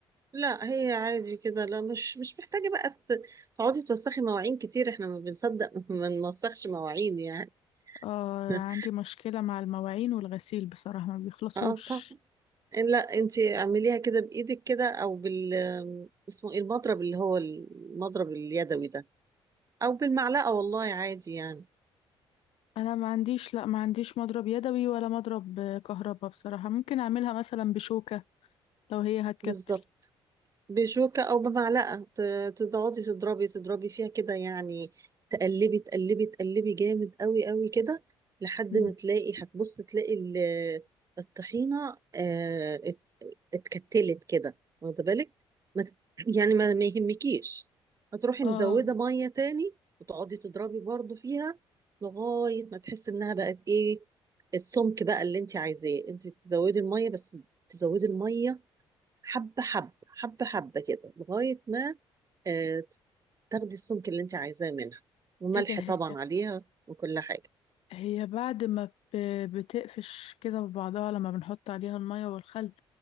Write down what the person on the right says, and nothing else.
لا هي عادي كده لا مش مش محتاجة بقى ت- تقعدي توسخي مواعين كتير احنا ما بنصدق <laughs> ما نوسخش مواعين يعني
<laughs>
اه طبعا لا انتي اعمليها كده بايدك كده او بال اسمه ايه المضرب اللي هو المضرب اليدوي ده او بالمعلقة والله عادي يعني
بالظبط بشوكة أو بمعلقة ت- تقعدي تضربي تضربي فيها كده يعني تقلبي تقلبي تقلبي جامد قوي قوي كده لحد
ما تلاقي هتبص تلاقي ال- الطحينة آه، ات- اتكتلت كده واخدة بالك ما ت- يعني ما ما يهمكيش هتروحي
مزودة مية تاني وتقعدي تضربي برضو فيها لغاية ما تحس إنها بقت إيه السمك بقى اللي أنت عايزاه أنت تزودي المية بس تزودي المية حبة حبة حبة حبة كده لغاية ما آه، تاخدي السمك اللي انت عايزاه منها وملح
طبعا عليها وكل حاجة